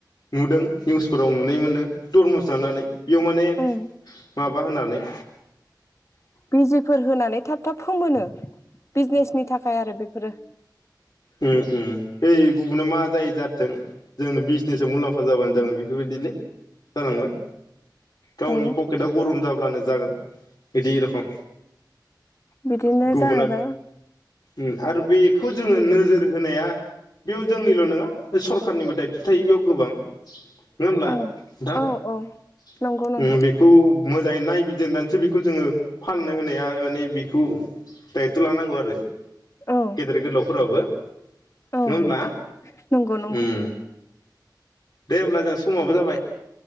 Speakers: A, on the left; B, on the left.
A: नुदों निउसफोराव नुनाय मोन्दों तरमुस जानानै इयाव माने माबा
B: ओं
A: माबा होनानै
B: बिजिफोर होनानै थाब थाब फोमोनो। बिजनेसनि थाखाय आरो बेफोरो
A: ओम ओम <inaudible> गुबुना मा जायो जाथों जोंनो बिजनेसाव मुलाम्फा जाबानो जागोन बेफोरबायदिलै जालांबाय गावनि
B: औ
A: पकेटआ गरम जाब्लानो जागोन बिदि रखम
B: बिदिनो
A: गुबुना
B: जाहैबाय
A: उम आरो बेखौ जोङो नोजोर नोजोर होनाया बेयाव जोंनिल नङा सरखारनिबो दायथ थायो बेयाव गोबां। नङा होमब्ला नोंथां
B: औ औ औ नंगौ नोंथां
A: ओम बेखौ मोजाङै नायबिजिरनानैसो बेखौ जोङो फाननो होनाया माने बिखौ दायट लानांगौ आरो
B: औ
A: गेदेर गोलावफोराबो
B: औ
A: नङा होमब्ला
B: नंगौ नंगौ नंगौ
A: उम दे होमब्ला जों समाबो जाबाय।